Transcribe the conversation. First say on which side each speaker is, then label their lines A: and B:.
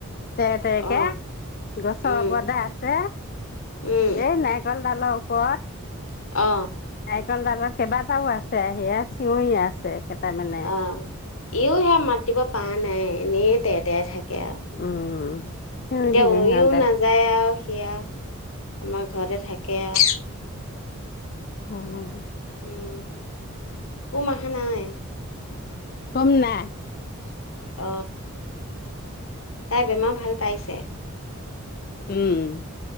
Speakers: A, on the left (about 45°); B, on the left (about 70°).
A: তে, তে,
B: অ
A: কে গছৰ
B: উম
A: ওপৰতে আছে,
B: উম
A: এই নাৰিকল ডালৰ ওপ ওপৰত
B: অ
A: ৰিকল দালত কেইবাটাও আছে, সেয়া চিঞৰি আছে। কেইটামানে
B: অ', ইয়ো সেয়া মাতিব পাৰা নাই। এনেই তে তে থাকে আৰু
A: উম। চিঞৰি
B: এতিয়া
A: থাকে
B: উৰিও
A: সিহঁতে
B: নাযায় আৰু সেয়া আমাৰ ঘৰতে থাকে আৰু
A: উম।
B: উম, কোম আহা নাই,
A: কম নাই
B: অ। তাই বেমাৰ ভাল পাইছে?
A: উম।